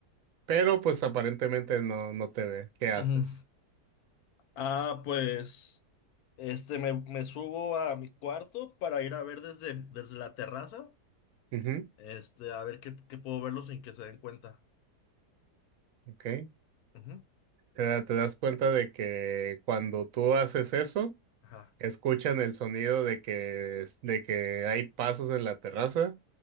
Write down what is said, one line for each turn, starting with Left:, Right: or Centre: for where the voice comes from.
Right: pero pues aparentemente no, no te ve. ¿Qué haces?
Left: Ujú. Ah, pues, este, me, me subo a mi cuarto para ir a ver desde, desde la terraza,
Right: Ujú,
Left: este, a ver qué, qué puedo verlo sin que se den cuenta.
Right: ok.
Left: Ujú,
Right: Te, da- te das cuenta de que cuando tú haces eso,
Left: Ajá.
Right: escuchan el sonido de que, es- de que hay pasos en la terraza